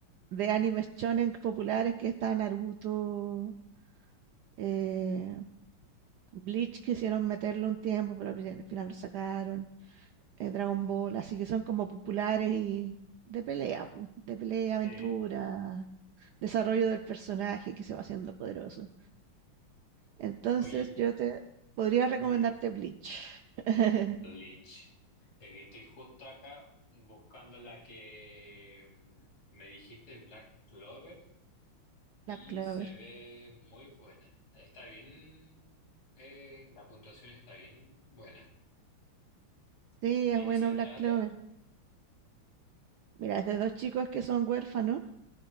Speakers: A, on the right; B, on the left.
A: de animes shonen populares que está Naruto, eh, Bleach quisieron meterlo un tiempo, pero al fin- al final lo sacaron, eh, Dragon Ball, así que son como populares y de pelea, pu, de pelea,
B: Sí.
A: aventura, desarrollo del personaje que se va haciendo poderoso. Entonces
B: Oye,
A: yo te podría recomendarte
B: dime.
A: Bleach, <laughs>
B: Bleach. Eh, estoy justo acá buscando la que mm, me dijiste, Black Clover, y
A: Black Clover.
B: se ve muy buena. Está bien, eh, la puntuación está bien buena.
A: Sí,
B: ¿De
A: es bueno
B: qué se
A: Black
B: trata?
A: Clover. Mira, es de dos chicos que son huérfanos